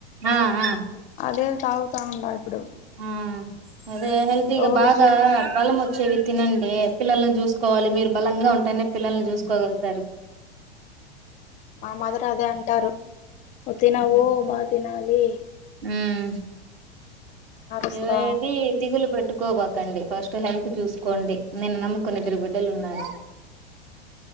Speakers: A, on the right; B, on the left.
A: ఆ ఆ
B: అదే తాగ్ త్త ఉండా ఇప్పుడు
A: ఆ అదే హెల్త్ీగా
B: రోజు
A: బాగా బలం వచ్చేవి తినండి పిల్లలను చూసుకోవాలి మీరు బలంగా ఉంటేనే పిల్లల్ని చూసుకోగలుగుతారు
B: మా మాదర్ అదే అంటారు ను తినవ్ మా తినాలి
A: హుమ్
B: అరుస్తా
A: ఏగా ఏది దిగులు పెట్టు కోబకండి ఫస్ట్ హెల్త్ చూసుకోండి నిన్ను నమ్ముకుని ఇద్దరు బిడ్డలు ఉన్నారు